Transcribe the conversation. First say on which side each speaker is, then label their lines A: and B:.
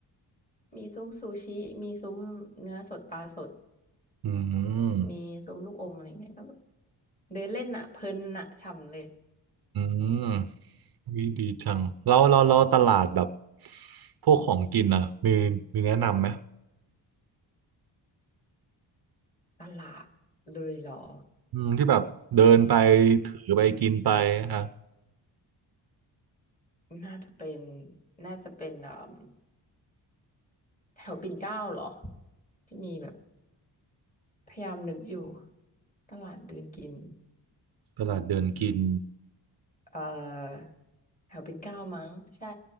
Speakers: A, on the left; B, on the right.
A: มีซุ้มซูชิมีซุ้มเนื้อสดปลาสด
B: อืม
A: มีส้มลูกอมอะไรเงี้ยก็เดินเล่นอ่ะเพลินอ่ะฉ่ำเลย
B: อืมวิดีจังเราเราเราตลาดแบบพวกของกินอ่ะมีมีแนะนำไหม
A: <laughs> ตลาดเลยเหรอ
B: อืมที่แบบเดินไปถือไปกินไปอ่ะ
A: น่าจะเป็นน่าจะเป็นเอ่มแถวปิ่นเกล้าเหรอที่มีแบบพยายามนึกอยู่ตลาดเดินกิน
B: ตลาดเดินกิน
A: เอ่อแถวปิ่นเกล้ามั้งใช่